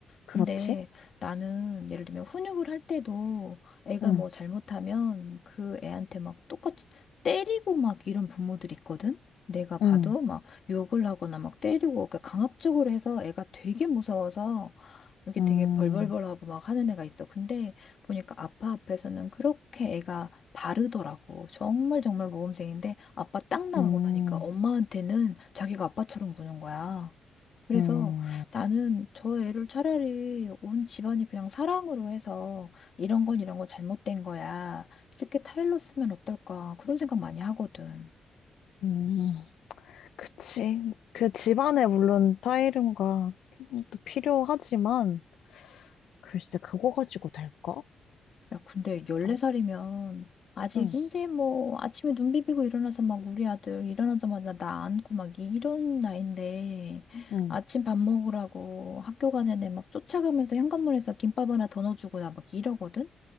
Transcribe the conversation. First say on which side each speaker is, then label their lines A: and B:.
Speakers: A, on the left; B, on the left.
A: 그렇지?
B: 근데 나는 예를 들면 훈육을 할 때도 애가
A: 응,
B: 뭐 잘못하면 그 애한테 막 똑같이 때리고 막 이런 부모들 있거든? 내가 봐도
A: 응,
B: 막 욕을 하거나 막 때리고 그러니까 강압적으로 해서 애가 되게 무서워서 이게
A: 음,
B: 되게 벌벌벌하고 막 하는 애가 있어. 근데 보니까 아빠 앞에서는 그렇게 애가 바르더라고. 정말 정말 모범생인데 아빠 딱 나가고
A: 음,
B: 나니까 엄마한테는 자기가 아빠처럼 구는 거야. 그래서
A: 음,
B: 나는 저 애를 차라리 온 집안이 그냥 사랑으로 해서 이런 건 이런 건 잘못된 거야. 이렇게 타일로 쓰면 어떨까? 그런 생각 많이 하거든.
A: 음. 그치. 그 집안에 물론 타이름과 또 필요하지만, 글쎄, 그거 가지고 될까?
B: 야, 근데 14살이면
A: 나,
B: 아직
A: 응,
B: 이제 뭐 아침에 눈 비비고 일어나서 막 우리 아들 일어나자마자 나 안고 막 이런 나이인데
A: 응,
B: 아침 밥 먹으라고 학교 가는 애 막 쫓아가면서 현관문에서 김밥 하나 더 넣어주고 나 막 이러거든?